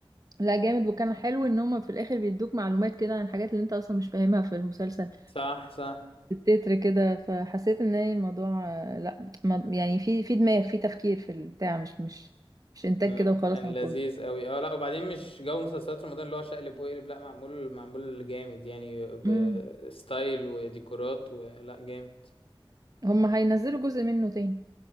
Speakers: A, on the right (about 40°); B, on the left (about 80°).
A: لا جامد وكان حلو ان هما في الاخر بيدوك معلومات كده عن الحاجات اللي انت اصلا مش فاهمها في المسلسل
B: صح صح
A: التتر كده فحسيت ان هي الموضوع آه، لا ما- يعني في في دماغ في تفكير في البتاع مش مش مش انتاج
B: لا،
A: كده وخلاص
B: كان
A: على
B: لذيذ
A: الفاضي
B: قوي اه لا وبعدين مش جو مسلسلات رمضان اللي هو شقلب وقلب لا معمول معمول جامد يعني بستايل
A: امم
B: وديكورات ولا جامد
A: هم هينزلوا جزء منه تاني